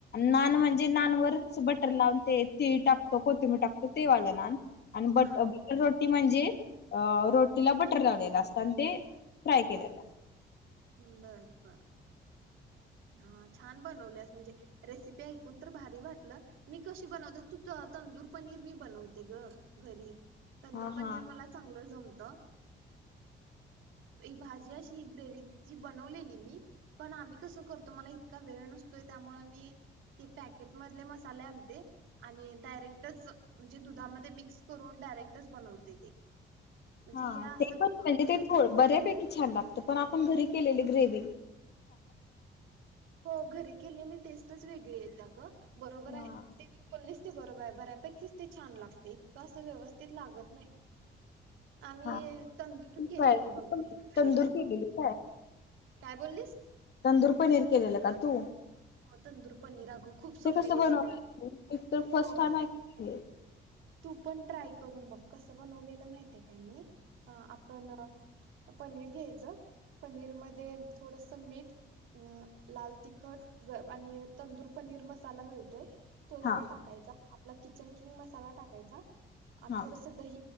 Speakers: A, on the left; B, on the right.
A: नान म्हणजे नावरट लावून ते ती टकतो कोथिंबर टाकतो तेवाला नान आणि बट
B: हा
A: बटर रट ी म्हणजे अ रोटीला बटर लावलेला असत आणि ते फ्राय केलेलं असत
B: हबरप हा छान बनवलेस म्हणजे रेसिपी ऐकून तर भारी वाटलं मी कशी बनवते तू तंदूर पनीर मी बनवते ग घरी तंदूर
A: हा
B: पनीर
A: हा
B: मला चांगलं जमत भाजी अ ग्रे बनवली मी पण आम करतो मला इत वेळ नसतोय त्यामुळे मी ते पॅकेट मध मसाले आणते आणि डायरेक्टच म्हणजे दुधामध्ये मिक्स करून डायरेक्टच बनवते ते म्हणजे
A: हा
B: हे असं
A: ते पण म्हणजे तेो बऱ्यापैकी छान लागत तर पण आपण घरी केलेली ग्रेव
B: हो घरी केलेली टेस्टच वेगळी येत ग बरोबर
A: हा
B: आहे ते तू बोलस बरोबर आहे बऱ्यापैकीच ते छान लागते इतकं असं व्यवस्थित लागत नाही आम्ही
A: हा
B: तंदूर
A: तू
B: केलेली
A: काय तू
B: बघ मी
A: पण
B: घरी
A: तंदूर केलेली काय
B: काय बोलीस
A: तंदूर पनीर केलेलं का तू
B: तंदूर पनीर अगं खूप सोपी
A: ते कस
B: रेसिपी
A: बनवल
B: आहे
A: मी तर फर्स्ट
B: हो
A: टाइम आयीक हम्
B: तू पण ट्राय करून बघ कस बनवलेलं माहितीये काय मी हा आपण पनीर घ्यायचं पनीर मध्ये थोडस मीठ आ.. लाल तिखट ग.. आणि तंदूर पनीर मसाला मिळतोय. तो जरा
A: हा
B: टाकायचा, आपला किचन किंग मसाला टाक. कायचा आणि
A: हा
B: थोडंस दही